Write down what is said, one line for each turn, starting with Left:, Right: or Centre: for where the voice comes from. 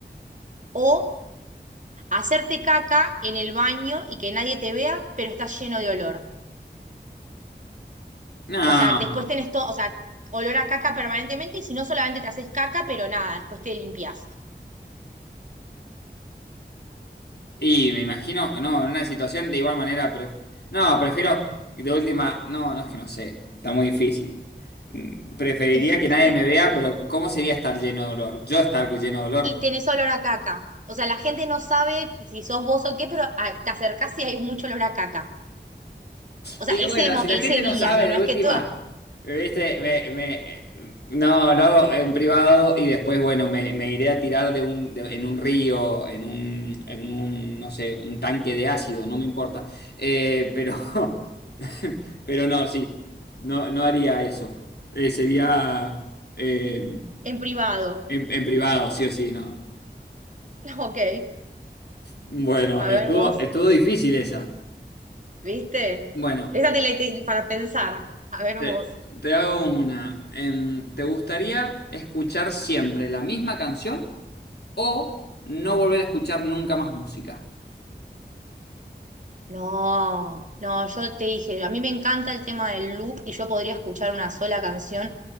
Right: o hacerte caca en el baño y que nadie te vea, pero estás lleno de olor.
Left: No.
Right: O sea, después
Left: no.
Right: tenés todo, o sea, olor a caca permanentemente y si no solamente te haces caca, pero nada, después te limpias.
Left: Y me imagino, no, en una situación de igual manera, pref- no, prefiero de última, no, no es que no sé, está muy difícil. Mm, Preferiría
Right: Y,
Left: que
Right: ¿viste?
Left: nadie me vea, pero ¿cómo sería estar lleno de dolor? Yo estar lleno de dolor.
Right: y tenés olor a caca. O sea, la gente no sabe si sos vos o qué, pero ah, te acercás y hay mucho olor a caca. O
Left: Y
Right: sea,
Left: bueno,
Right: ese, mo-
Left: si la
Right: ese
Left: gente no
Right: día,
Left: sabe
Right: ¿no? No
Left: de
Right: es
Left: última,
Right: que todo
Left: viste, me, me- no, lo hago en privado y después, bueno, me, me iré a tirar de un, de- en un río, en un, en un, no sé, un tanque de ácido, no me importa. Eh, pero <laughs> <laughs> Pero no, sí, no, no haría eso. Eh, sería eh,
Right: en privado.
Left: en, en privado, sí o sí, no.
Right: <laughs> Ok,
Left: Bueno,
Right: a
Left: estuvo,
Right: ver vos,
Left: estuvo difícil esa.
Right: ¿viste?
Left: Bueno,
Right: Esa te la te- para pensar. A ver
Left: te,
Right: vos.
Left: te hago una. Em, ¿te gustaría escuchar siempre la misma canción o no volver a escuchar nunca más música?
Right: No, no, yo te dije, a mí me encanta el tema del loop y yo podría escuchar una sola canción